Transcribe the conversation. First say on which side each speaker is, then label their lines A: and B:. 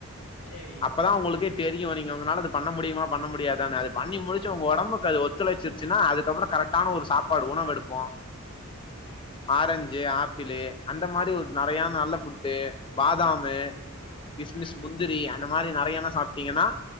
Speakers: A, on the left (about 75°); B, on the left (about 25°).
A: சேரி
B: அப்பதா உங்குளுக்கு தெரியு நீங்க உங்களால அது பண்ண முடியுமா பண்ண முடியாதான்னு அது பண்ணி முடிச்சு உங்க உடம்புக்கு அது ஒத்துழைச்சிருச்சின்னா அதுக்கப்றோ கரெக்ட் டான ஒரு சாப்பாடு உணவு எடுப்போ
A: ம்
B: ஆரஞ்சு ஆப்பிளு அந்த மாரி ஒரு நறையா
A: ம்
B: நல்ல ஃபுட்டு பாதாமு
A: ம்
B: கிஸ்மிஸ்
A: ம்
B: முந்திரி இந்த மாரி நறையான சாப்ட்டீங்கன்னா